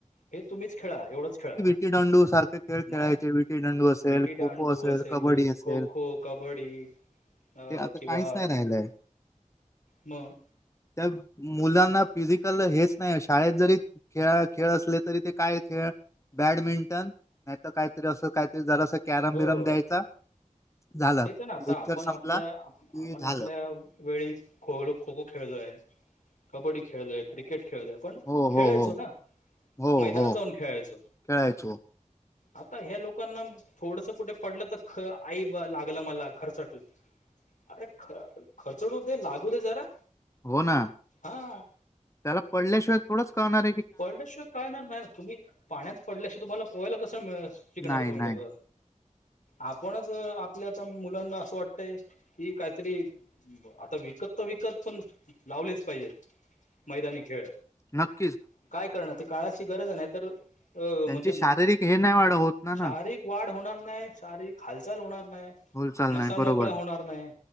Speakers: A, on the left; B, on the left.
A: हे तुम्हीच खेळा, एवढंच खेळा.
B: विटी दांडू सारखे- खेळ
A: मग
B: खेळायचे विटीदांडू असेल
A: विटी दांडू
B: खो-खो असेल कबड्डी असेल-
A: खो खो, कबड्डी अ
B: ते आता
A: किंवा
B: काहीच नाही राहिलंय.
A: मग...
B: त्या मुलांना फिजिकल हेच नाही अशे- शाळेत जरी खेळा, खेळ असले तरी ते काय खेळ- बॅडमिंटन नाही तर काहीतरी असं काहीतरी झालं अस कॅरम
A: हो
B: बिरम द्यायचा- झालं
A: तेच ना आता
B: लेक्चर
A: आपण
B: संपला
A: आपल्या,
B: की
A: आपण
B: झालं
A: आपल्या- वेळी खो खो-खो खेळलोय, कबड्डी खेळलोय, क्रिकेट खेळलोय. पण
B: हो
A: खेळायचो
B: हो हो
A: ना
B: हो
A: मैदानात
B: हो
A: जाऊन खेळायचो.
B: खेळायचो
A: आता ह्या लोकांना थोडस कुठे पडलं तर ख आई लागल- मला खरचटलं अरे खरचटूदे लागू दे जरा-
B: हो ना
A: हा
B: त्याला पडल्याशिवाय थोडच कळणार ये-
A: पडल्याशिवाय काळणार नाही ना तुम्ही पाण्यात पडल्याशिवाय तुम्हाला पोहायला कसं शिकणार
B: नाही
A: तुम्ही
B: नाही
A: लोक? आपणच आपल्या आता मुलांना असं वाटतय कि काहीतरी- आता विकत तर विकत पण लावलेच पाहिजेत मैदानी खेळ.
B: मग
A: काय करणार ते काळाची गरज नाही तर अ
B: त्यांची
A: म्हणजे
B: शारीरिक हे नाही वाढ होत ना
A: शारीरीक-
B: ना
A: वाढ होणार नाही, शारीरिक हालचाल होणार नाही,
B: बोलचाल
A: नसा
B: नाही बरोबर
A: मोकळ्या होणार नाही.